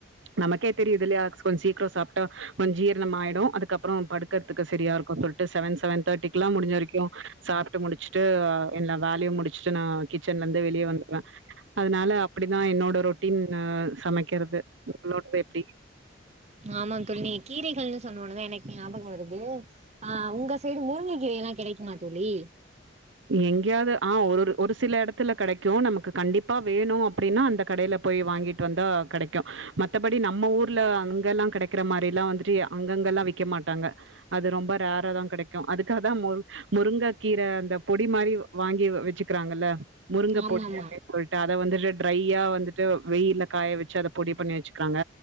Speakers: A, on the right; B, on the right.
A: நமக்கே தெரியுதில்லயா கொஞ்ச சீக்ர சாப்டா கொஞ்ச ஜீரணமாயிடு அதுக்கப்புற படுக்கறதுக்கு சரியா இருக்கு சொல் ட்டு செவன் செவன் தேர்டிக்லா முடிஞ்ச வரைக்கு சாப்ட்டு முடிச்சுட்டு எல்லா வேலயு முடிச்சுட்டு நா கிச்சன் ல இருந்து வெளிய வந்துருவ அதனால அப்படிதா என்னோட ரொட்டீன் சமைக்கிறது உங்ளோடது எப்டி <inaudible>
B: ஆமா தோழி நீங் கீரைகள்னு சொன்னோனதா எனக்கு ஞாபக வருது ஆ உங்க சைடு முருங்ககீரை லா கெடைக்குமா தோழி
A: எங்கேயாவது ஆ ஒரு ஒரு சில இடத்துல கெடைக்கு நமக்கு கண்டிப்பா வேணு அப்டினா அந்த கடைல போய் வாங்கிட்டு வந்தா கெடைக்கு மத்தபடி நம்ம ஊர்ல அங்கெலா கெடைக்கிற மாரிலா வந்துட்டு அங்கங்கெல்லா விக்க மாட்டாங்க அது ரொம்ப ரேரா தா கெடைக்கு அதுக்காகதா முரு முருங்க கீர பொடி மாரி வாங்கி வச்சுக்கிறாங்கல்ல முருங்கை
B: ஆமா
A: பொடி
B: ஆமா
A: அப்டினு சொல்ட்டு அத வந்துட்டு ட்ரையா வந்துட்டு வெயில காய வச்சு அதை பொடி பண்ணி வச்சுக்றாங்க